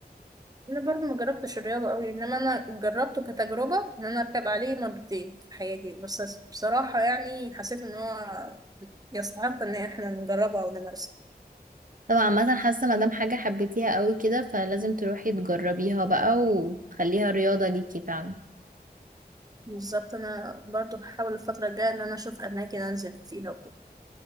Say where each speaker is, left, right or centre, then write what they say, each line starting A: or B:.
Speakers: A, on the right; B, on the right.
A: انا برضه ما جربتش الرياضة قوي انما انا جربته كتجربة ان انا اركب عليه مرتين في حياتي بس بصراحة يعني حسيت ان هو يستحق ان احنا نجربه او نمارسه
B: طبعا مثلا حاسه ما دام حاجه حبيتيها قوي كده فلازم تروحي تجربيها بقى وتخليها رياضه ليكي فعلا
A: بالظبط انا برضو هحاول الفترة الجاية ان انا اشوف اماكن انزل فيها وكده